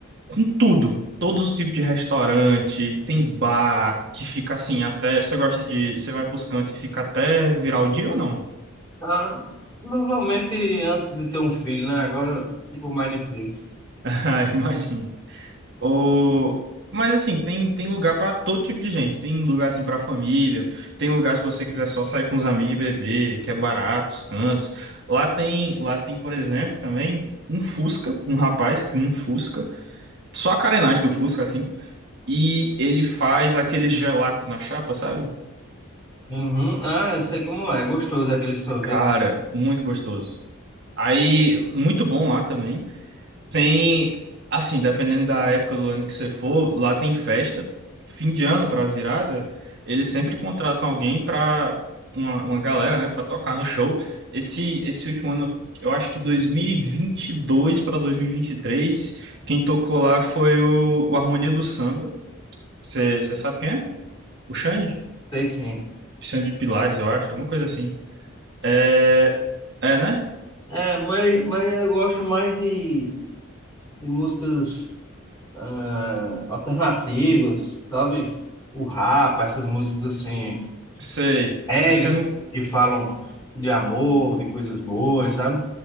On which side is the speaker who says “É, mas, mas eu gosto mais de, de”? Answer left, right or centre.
Left